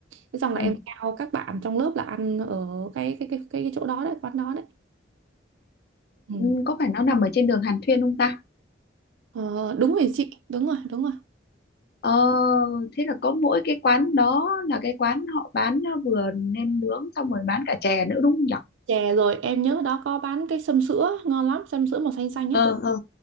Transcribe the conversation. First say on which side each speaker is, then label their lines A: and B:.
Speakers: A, on the right; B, on the left.
A: thế xong là
B: ừ.
A: em theo các bạn trong lớp là ăn ở cái cái cái cái, cái chỗ đó đấy quán đó đấy ừ.
B: ừ có phải nó nằm ở trên đường Hàn Thuyên không ta
A: ờ, đúng rồi chị đúng rồi đúng rồi
B: Ờ, thế là có mỗi cái quán đó là cái quán họ bán ờ, vừa nem nướng xong rồi bán cả chè nữa đúng không nhỉ?
A: chè rồi em nhớ đó có bán cái sâm sữa ngon lắm sâm sữa màu xanh xanh
B: ờ
A: á
B: ờ